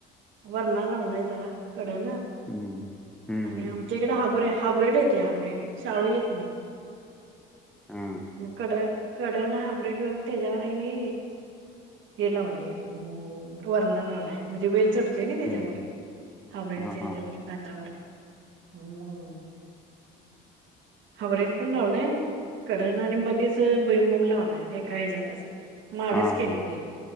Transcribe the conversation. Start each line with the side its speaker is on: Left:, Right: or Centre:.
Right: वरणा लावलाय जरा कडन.
Centre: हम्म, हम्म,
Right: आणि
Centre: हम्म,
Right: आमच्या इकडे हाब्रे हाब्रेड येते हाब्रेड, चवळी येत नाही.
Centre: ह.
Right: मग कड कडन हायब्रीड लावून, त्याच्यावर नि हे लावलंय, वरना लावलाय म्हणजे वेल चढतोय ना त्याच्यावर
Centre: हम्म,
Right: हायब्रीडच्या
Centre: हां, हां,
Right: हयाच्यावर. ताटावर हो. हाबरेट पण लावलंय कडेन आणि मधीच भुईमुूग लावला हे एका हयाच्यातच माडच
Centre: हां,
Right: केले
Centre: हां,
Right: ते,